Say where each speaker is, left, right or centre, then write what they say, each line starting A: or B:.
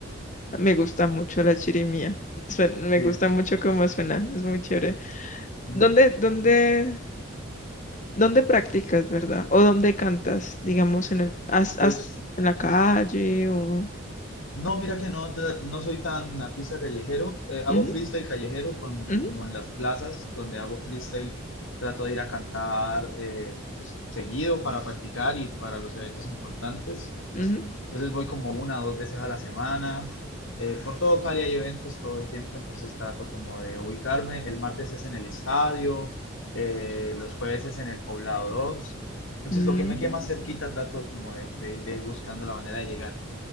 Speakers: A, on the left; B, on the left.
A: me gusta mucho la chirimía. Suen- me
B: Sí,
A: gusta
B: sí.
A: mucho cómo suena. Es muy chévere.
B: Mm,
A: ¿Dónde, dónde, dónde practicas, verdad? ¿O dónde cantas? Digamos, en el, has- has-
B: Pues
A: en la calle o...
B: no, mira que no, te- no soy tan artista callejero, eh, hago
A: Ujú,
B: freestyle callejero con,
A: ujú.
B: como en las plazas donde hago freestyle, trato de ir a cantar eh, pues, seguido para practicar y para los eventos importantes.
A: Ujú.
B: Entonces voy como una o dos veces a la semana. Eh, por todo Cali hay eventos todo el tiempo, entonces trato como de ubicarme. El martes es en el estadio, eh, los jueves es en el Poblado dos Entonces
A: Mm,
B: lo que me quede más cerquita trato como de, de- de ir buscando la manera de llegar.